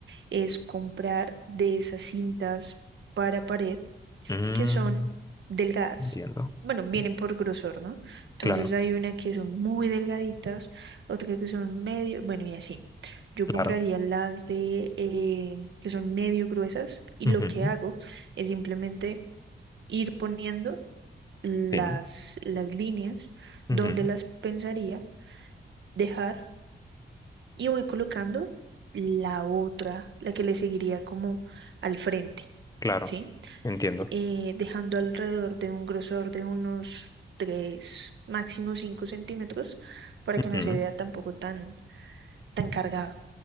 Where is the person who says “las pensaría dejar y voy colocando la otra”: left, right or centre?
Right